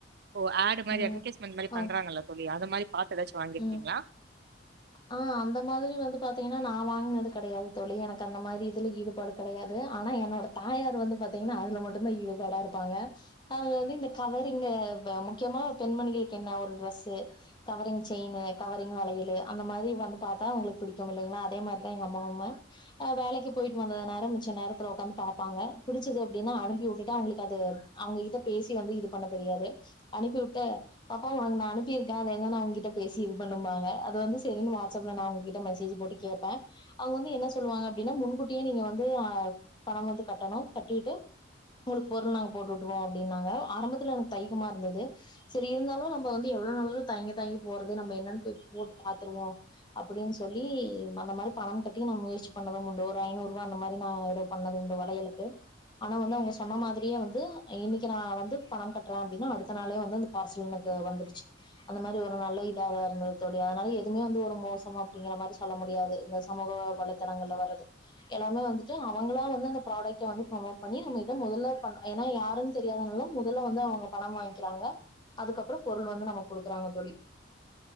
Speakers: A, on the right (about 55°); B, on the left (about 25°).
A: ஓ ஆ ட் மாரி
B: ம்
A: அட்வடைஸ்மெண்ட் மாரி
B: ஆ
A: பன்றாங்களல்ல தோழி அத மாரி பாத்து ஏதாச்சு வாங்கிருக்கீங்களா
B: ம் ஆ அந்த மாரி வந்து பாத்தீங்கன்னா நா வாங்கினது கெடையாது தோழி எனக்கு அந்த மாரி இதுல ஈடுபாடு கெடையாது ஆனா என்னோட தாயார் வந்து பாத்தீங்கன்னா அதுல மட்டு தா ஈடுபாடா இருப்பாங்க அதுல வந்து இந்த கவரிங் முக்கியமா பெண்மணிகளுக்கு என்ன ஒரு ட்ரெஸ்சு கவரிங் செயினு கவரிங் வளையலு அந்த மாரி வந்து பாத்தா உங்களுக்கு பிடிக்கு இல்லைங்களா அதே மாரிதா எங்க அம்மாவுமும் அ வேலைக்கு போயிட்டு வந்த நேரம் மிச்ச நேரத்துல உக்காந்து பாப்பாங்க பிடிச்சது அப்டின்னா அனுப்பி வுட்டுட்டு அவங்களுக்கு அது அவங்ககிட்ட பேசி வந்து இது பண்ணத் தெரியாது அனுப்பி விட்டு பாப்பா உனக்கு நா அனுப்பியிருக்கே அத என்னன்னு அவங்ககிட்ட பேசி இது பண்ணும்பாங்க அது வந்து சேரின்னு வாட்ஸ்ப்புல நா அவங்ககிட்ட மெசேஜ் போட்டு கேப்பே அவங்க வந்து என்ன சொல்லுவாங்க அப்டின்னா முன்கூட்டியே நீங்க வந்து ஆ பணம் வந்து கட்டணு கட்டிட்டு உங்களுக்கு பொருள் நாங்க போட்டு வுட்டுவோ அப்டின்னாங்க ஆரம்பத்துல எனக்கு தையக்கமா இருந்தது சேரி இருந்தாலு நம்ம வந்து எவ்ளவு நாளாலுதா தயங்கி தயங்கி போறது நம்ம என்னன்னு போய் போட்டு பாத்துருவோ அப்டின்னு சொல்லி அந்த மாரி பணம் கட்டி நா முயற்சி பண்ணது மூண்ணுரு ஐநூறு ரூபா அந்த மாரி நானூரு பண்ணது உண்டு வளையலுக்கு ஆனா வந்து அவங்க சொன்ன மாரியே வந்து இன்னைக்கி நா வந்து பணம் கட்டுறே அப்டின்னா அடுத்த நாளே வந்து பார்சல் எனக்கு வந்துருச்சு அந்த மாரி நல்ல இதாக இருந்தது தோழி அதனால எதுவுமே வந்து ஒரு மோசம் அப்டிங்கிற மாரி சொல்ல முடியாது இந்த சமூக வளத் தலங்கள்ல வர்றது எல்லாமே வந்துட்டு அவங்களா வந்து அந்த ப்ராடெக்ட்ட வந்து ப்ரேமோட் பண்ணி நம்மிட்ட முதல்ல பண்ண ஏன்னா யாருனு தெரியாதனால முதல்ல வந்து அவங்க பணம் வாங்கிக்கிறாங்க அதுக்கப்புறம் பொருள் வந்து நமக்கு குடுக்குறாங்க தோழி